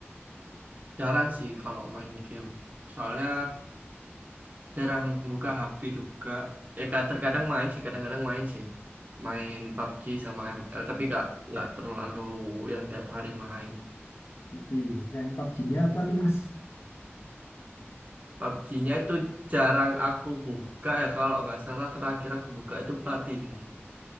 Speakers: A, on the right; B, on the left.
A: Jarang sih kalau main game. Soalnya jarang buka HP juga. Ya kad- terkadang main sih, kadang-kadang main sih. Main PUBG sama ML, tapi gak, nggak terlalu yang tiap hari main.
B: Wih, rank PUBG-nya apa tuh Mas?
A: PUBG-nya itu jarang aku buka ya, kalau nggak salah terakhir aku buka itu Platinum.